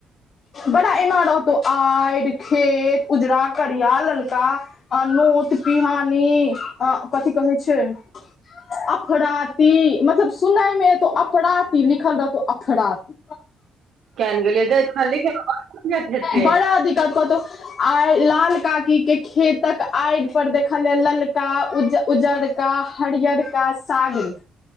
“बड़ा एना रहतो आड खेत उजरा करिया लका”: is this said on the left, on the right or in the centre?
Left